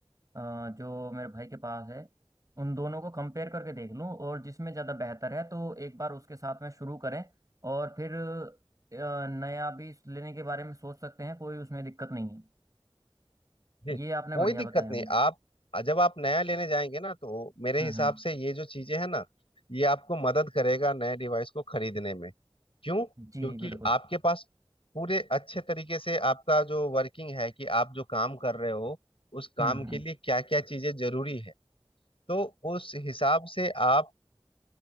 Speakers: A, on the right; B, on the left.
A: अ, जो मेरे भाई के पास है उन दोनों को कंपेयर करके देख लूं और जिसमें ज़्यादा बेहतर है तो एक बार उसके साथ में शुरू करें और फिर अ, नया भी लेने के बारे में सोच सकते हैं कोई उसमें दिक्कत नहीं है
B: जी
A: ये
B: कोई
A: आपने बढ़िया
B: दिक्कत
A: बताया
B: नहीं
A: मुझे
B: आप जब आप नया लेने जाएंगे ना तो मेरे
A: हम्म
B: हिसाब
A: हम्म
B: से ये जो चीजें हैं ना ये आपको मदद करेगा नए डिवाइस को खरीदने में क्यों क्योंकि
A: जी बिल्कुल
B: आपके पास पूरे अच्छे तरीके से आपका जो वर्किंग है कि आप जो काम कर रहे हो उस काम
A: हम्म हम्म
B: के लिए क्या क्या चीजें जरूरी है तो उस हिसाब से आप